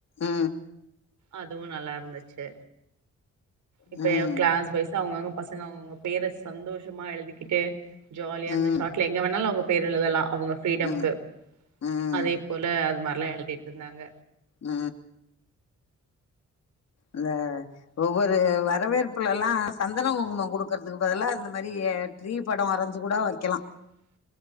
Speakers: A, on the left (about 60°); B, on the right (about 75°).
A: ஆ
B: அதுவு நல்லா இருந்துச்சு இப்ப
A: ம்
B: கிளாஸ் வைஸ் அவங்க அவங்க பசங்க அவங்கவங்க பேர சந்தோஷமா எழுதிக்கிட்டு ஜாலியா
A: ம்
B: அந்த சாட்ல எங்க வேணாலு அவங்க பேர் எழுதலா அவங்க ஃப்ரீடம்கு
A: ம்
B: அதே போல அது மாரிலா எழுதிட்டு இருந்தாங்க
A: ஆ இல்ல ஒவ்வொரு வரவேற்புல எல்லா சந்தன குங்கும கொடுக்கறதுக்கு பதெல்லா இந்த மாரி ட்ரீ படோ வரஞ்ச கூட வைக்கலா
B: <inaudible>